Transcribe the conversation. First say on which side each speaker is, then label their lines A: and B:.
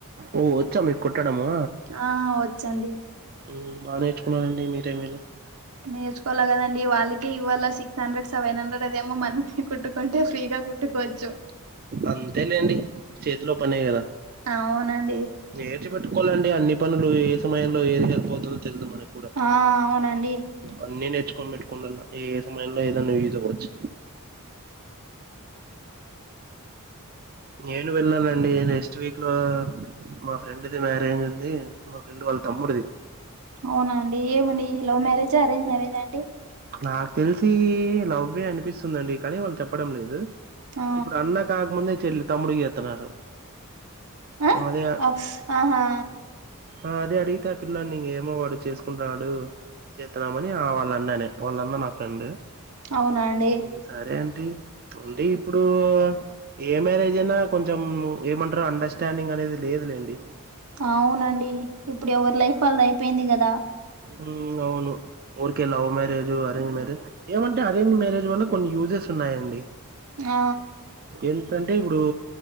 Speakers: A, on the right; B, on the right.
A: ఓ వచ్చా మీకు కుట్టడము
B: ఆ వచ్చు అండి
A: ఉ బాగా నేర్చుకున్నరండి మీరే మేలు
B: నేర్చుకోళ్ల కదండి వాళ్ళకి ఇవ్వాళ్ళ సిక్స్ హండ్రెడ్ సెవెన్ హండ్రెడ్ అదేమో మనమే కుట్టుకుంటే ఫ్రీగా కు ట్టుకోవచ్చు
A: అంతే లేండి చేతిలో పనే కదా
B: అవును అండి
A: నేర్చి పెట్టుకోవాలండి అన్ని పనులు ఏ సమయంలో ఏది హెల్ప్ అవుతుందో తెలిదు మనకి
B: ఆ అవునండి
A: అన్నీ నేర్చుకొని పెట్టుకోండల్లా ఏ సమయంలో ఏదన్న యూజ్ అవ్వచ్చు నేను వెళ్ళాలండి నెక్స్ట్ వీక్ లో మా ఫ్రెండ్ది మ్యారేజ్ ఉంది మా ఫ్రెండ్ వాళ్ళ తమ్ముడిది
B: అవునా అండి ఏమండి లవ్ మ్యారేజా అరేంజ్ మ్యారేజా అండి
A: నాకు తెలిసి లవ్వే అనిపిస్తుందండి కానీ వాళ్ళు చెప్పడం లేదు
B: ఆ
A: ఇప్పుడు అన్న కాకముందే చెల్లి తమ్ముడుకి చేతన్నారు
B: ఆ
A: అదే
B: ఆ ఆహా
A: ఆ అదే అడిగితే ఆ పిల్లల్ని ఏమో వాడు చేసుకుంటాడు చేతాన్నామని ఆ వాళ్ళ అన్నానే వాళ్ళ అన్న నా ఫ్రెండ్
B: అవునండి
A: హ్మ్. సరే అంటి తుండి ఇప్పుడు ఏ మ్యారేజ్ అయినా కొంచెం ఏమంటారు అండర్స్టాండింగ్ అనేది లేదు లేండి
B: అవునండి ఇప్పుడు ఎవరు లైఫ్ వాళ్ళది అయిపోయింది కదా
A: ఉ అవును ఊరుకే లవ్ మ్యరేజ్ డు అరేంజ్ మ్యారేజ్ ఏమంటే అరేంజ్ మ్యారేజ్ వల్ల కొన్ని యూజెస్ ఉన్నాయండి
B: ఆ
A: ఎంత అంటే ఇప్పుడు